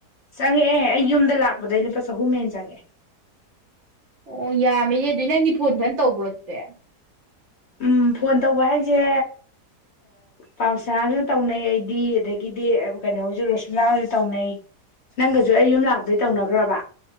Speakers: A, on the left; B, on the right.
A: ꯆꯪꯉꯛꯑꯦ ꯑꯩ ꯌꯨꯝꯗ ꯂꯥꯛꯄꯗꯩ ꯂꯨꯄꯥ ꯆꯍꯨꯝ ꯍꯦꯟ ꯆꯪꯉꯛꯑꯦ
B: ꯑꯣ ꯌꯥꯝꯃꯤꯅꯦ ꯑꯗꯨꯏ ꯅꯪꯗꯤ ꯐꯣꯟ ꯐꯟ ꯇꯧꯕ꯭ꯔꯣ ꯑꯗꯨꯗꯤ
A: ꯎꯝ ꯐꯣꯟ ꯇꯧꯕ ꯍꯥꯏꯁꯦ ꯄꯥꯝꯁꯥꯁꯨ ꯇꯧꯅꯩ ꯑꯩꯗꯤ ꯑꯗꯒꯤꯗꯤ ꯀꯩꯅꯣꯁꯨ ꯔꯣꯁꯃꯤꯂꯥꯁꯨ ꯇꯧꯅꯩ ꯅꯪꯒꯁꯨ ꯑꯩ ꯌꯨꯝ ꯂꯥꯛꯄꯣꯏ ꯇꯧꯅꯈ꯭ꯔꯕ